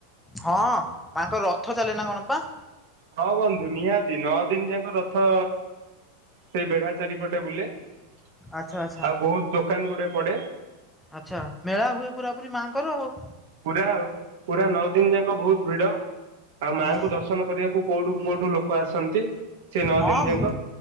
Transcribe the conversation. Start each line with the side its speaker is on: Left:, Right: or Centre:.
Centre: ହଁ। ମା ଙ୍କ ରଥ ଚାଲେ ନା କଣ ପା?
Right: ହଁ ବନ୍ଧୁ ନିହାତି। ନଅ ଦିନ ଯାଙ୍କ ରଥ ସେଇ ବେଢା ଚାରିପଟେ ବୁଲେ। ଆଉ
Centre: ଆଚ୍ଛା ଆଚ୍ଛା
Right: ବହୁତ ଦୋକାନ ଗୁଡେ ପଡେ।
Centre: ଆଚ୍ଛା। ମେଳା ହୁଏ ପୁରା ପୁରି ମାଆଙ୍କର ଆଉ।
Right: ପୁରା ପୁରା ନଅ ଦିନ ଯାକ ବୋହୁତ ଭିଡ। ଆଉ ମାଙ୍କୁ
Centre: ହୁଁ
Right: ଦର୍ଶନ କରିବାକୁ କୋଉଠୁ କୋଉଠୁ ଲୋକ ଆସନ୍ତି। ସେ ନଅ
Centre: ହଁ
Right: ଦିନ
Centre: ମୁଁ
Right: ଯାକ